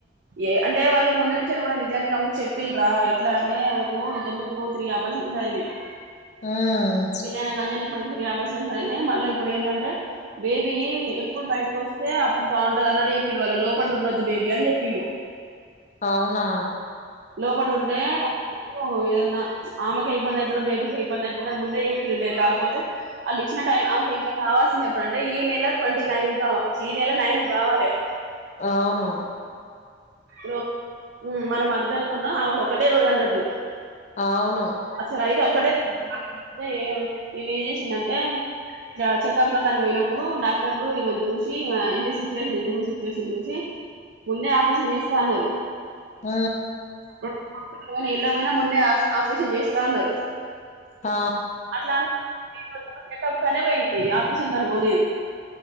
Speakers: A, on the right; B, on the left.
A: ఏ అంటే వాళ్ళు ముందు నుంచే అని కూడా నిజానికి అమెకు చెప్పిల్డ్రా ఎట్లా అంటే ఆమెకు ఇంతకు ముందుకు త్రీ అబాషన్స్ అయినయి
B: ఉమ్
A: పిల్లను కన్యను ఇప్పటికీ త్రీ అబస్ సన్స్ అయినాయి మళ్ళ ఇప్పుడు ఏందంటే బేబీ ఎక్ ప్పుడు బయటకొస్తే అప్పుడు బావుంటాది అన్నటు చెప్పిల్లు వాళ్ళు లోపట ఉండోదు బేబీ అని చెప్పిల్లు
B: అవునా
A: లోపటుంటే <inaudible> ఏదన్నా ఆమెకే ఇబ్బంది అయితదో బేబీకే ఇబ్బంది అయితదో ముందే చెప్పిర్రు లే కాకపోతే ఆళ్ళు ఇచ్చిన టైం అహ్ ఇంకా కావాల్సింది ఎప్పుడుంటే ఈ నెల ట్వంటీ నైనుకు కావ చీ నెల నైనుకు కావాలి
B: అవును
A: రో ఊ మన మరదలకున్నూ ఆమెకు ఒక్కటే రోజు అన్నట్టు
B: అవును
A: అసలు అయితే ఒకటే <inaudible> ఈమె ఏం చేసిందంటే ట్ల చెకప్ ల కని పోయినప్పుడు డాక్ టర్లు ఈమెను చూసి ఈమె అంటే సిచువేషన్ <inaudible> సిచువేషన్ చూసి ముందే ఆపరేషన్ చేస్తా అన్నారు
B: ఆ
A: రెండు <inaudible> ఎళ్ళక పోయినా ముందే ఆస్ ఆపరేషన్ చేస్తా అన్నారు
B: ఆ
A: అట్లానే చెకప్ కనే పోయింది, ఆపరేషన్కి అని పోలేదు.